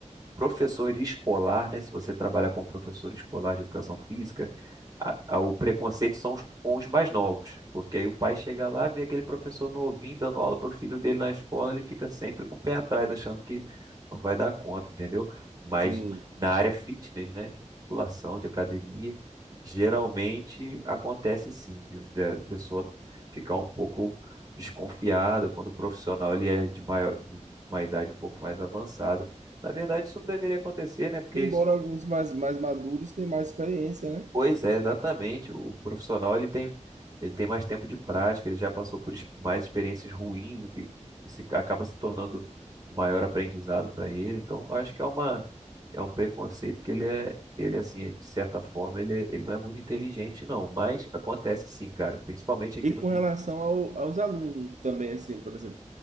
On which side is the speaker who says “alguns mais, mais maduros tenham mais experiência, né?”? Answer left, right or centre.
Right